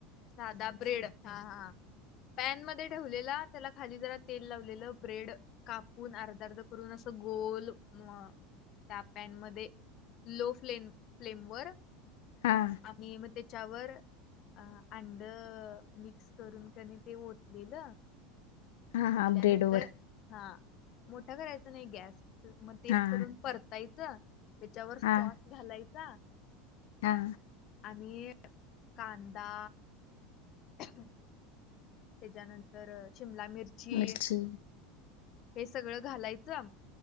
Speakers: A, on the left; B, on the left.
A: साधा ब्रेड हा हा पॅन मध्ये ठेवलेला त्याला खाली जरा तेल लावलेलं ब्रेड कापून अर्ध अर्ध करून अस गोल त्या पॅन मध्ये लो फ्लेम फ्लेम वर
B: हा
A: आणि मग ते त्यावर अंड मिक्स करून कनी ते ओतलेलं
B: हा
A: उठल्यानंतर
B: हा ब्रेड वर
A: हा, मोठा करायचा नाही गॅस म ते
B: हा
A: करून परताय का त्याच्यावर सॉस
B: हा
A: घालायचा, सहा
B: हा
A: आणि कांदा ह त्याच्यानंतर, शिमला मिर्ची,
B: मिरची
A: हे सगळं घालायचं.